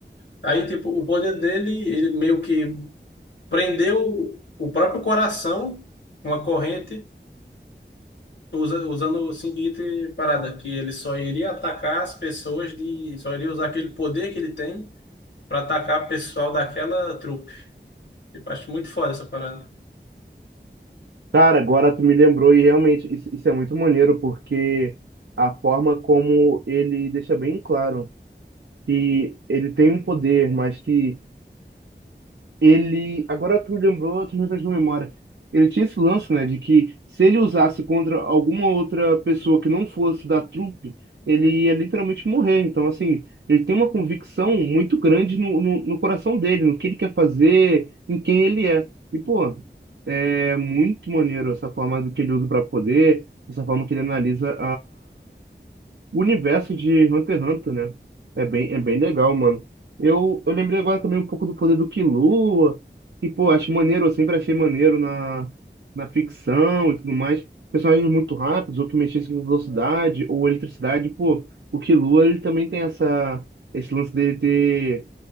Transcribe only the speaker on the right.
Cara, agora tu me lembrou e realmente isso, isso é muito maneiro, porque a forma como ele deixa bem claro que ele tem um poder, mas que ele. Agora tu me lembrou, tu me fez de memória. Ele tinha esse lance, né, de que se ele usasse contra alguma outra pessoa que não fosse da trupe, ele ia literalmente morrer. Então, assim, ele tem uma convicção muito grande no, no, no coração dele, no que ele quer fazer, em quem ele é. E, pô, é muito maneiro essa forma do que ele usa para poder, essa forma que ele analisa o universo de Hunter x Hunter, né? É bem, é bem legal, mano. Eu, eu lembrei agora também um pouco do poder do Killua, que, pô, acho maneiro, eu sempre achei maneiro na, na ficção e tudo mais. Personagens muito rápidos, ou que mexessem com velocidade, ou eletricidade, pô. O Killua, ele também tem essa, esse lance dele ter